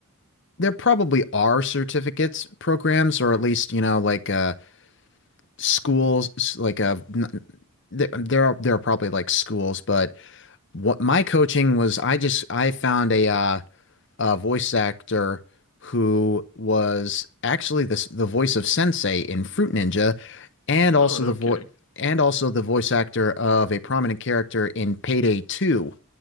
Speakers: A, on the left; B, on the left.
A: There probably are certificates programs, or at least, you know, like uh, schools, like a, there, there are there are probably like schools, but what my coaching was, I just I found a uh, uh, voice actor who was actually the the voice of Sensei in Fruit Ninja, and
B: Oh,
A: also
B: no
A: the vo
B: kidding.
A: and also the voice actor of a prominent character in Payday 2.